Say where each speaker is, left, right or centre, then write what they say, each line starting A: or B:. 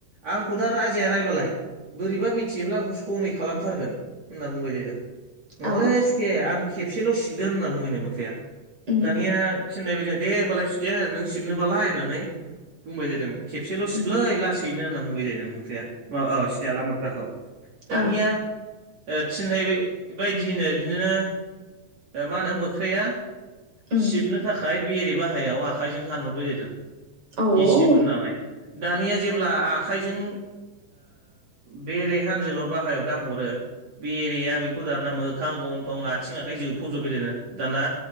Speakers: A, on the right; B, on the right.
A: आंखौ दा राजाया रायबालाय बोरैबा मिथियोब्ला आंखौ सनै खालामथारगोन होनना बुंबाय जाहैदों। नङालै
B: अ
A: सुखे आं खेबसेल' सिबगोन होनना बुंबायनो मोख्राया
B: उम
A: दानिया थिननायबाय दे होमबालाय सुखे नों सिबनोबालाय होननानै बुंबाय जादों खेबसेल' सिबलै
B: उम
A: लासै नो होनना बुंबाय जाहैदों मोख्रया माबा औ सियाला मोख्राखौ। दानिया
B: औ
A: थिनथनाय बायदियैनो बिदिनो मा होनो मोख्रैया।
B: उम औ अ
A: सिबनो थाखाय बेरे बाहायाव आखाइजों हानहरबाय जादों।
B: ओ
A: गिस्ब होननानै दानिया जेब्ला आखाइजों। बेरे हानजोलर बाहायाव दांहरो बेरिया बेखौ दाना मोखां गनथं। थं आथिं आखाइ जोबफबजोबबाय दो दाना